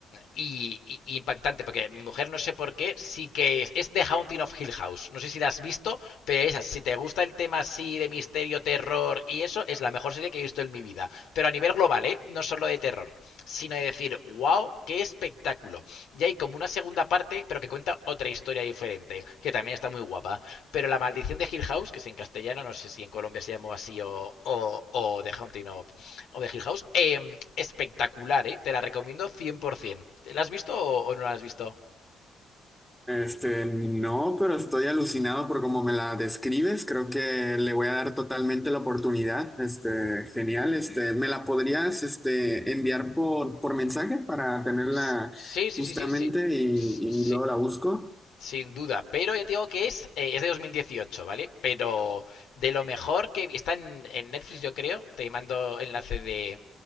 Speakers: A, on the left (about 75°); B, in the centre.
A: y, y- impactante, porque mi mujer no sé por qué, sí que es, es The Haunting of Hill House. No sé si la has visto, pero esa, si te gusta el tema así de misterio, terror y eso, es la mejor serie que he visto en mi vida. Pero a nivel global, ¿eh? No solo de terror, sino de decir, wow, qué espectáculo. Y hay como una segunda parte, pero que cuenta otra historia diferente, que también está muy guapa. Pero La Maldición de Hill House, que es en castellano, no sé si en Colombia se llamó así o, o, o The Haunting of o de Hill House, eh, espectacular, ¿eh? Te la recomiendo 100%. ¿La has visto o, no la has visto?
B: Este, no, pero estoy alucinado por cómo me la describes. Creo que le voy a dar totalmente la oportunidad. Este, genial. Este, ¿me la podrías, este, enviar por, por mensaje para tenerla
A: Sí, sí,
B: justamente
A: sí, sí, sí.
B: y,
A: Sí,
B: y luego la busco?
A: Sin duda, pero ya te digo que es, eh, es de 2018, ¿vale? Pero de lo mejor que está en, en Netflix, yo creo. Te mando enlace de,